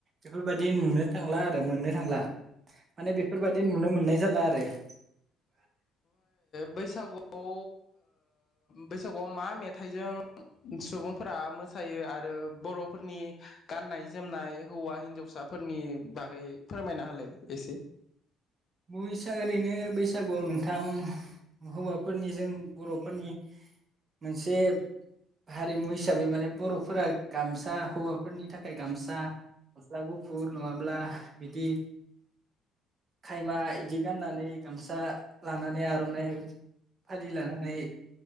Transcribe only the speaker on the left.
बैसागु खौ बैसागुआव मा मेथाइजों सुबुंफोरा मोसायो आरो बर'फोरनि गाननाय जोमनाय हौवा हिन्जावसाफोरनि बागै फोरमायना होलाय। एसे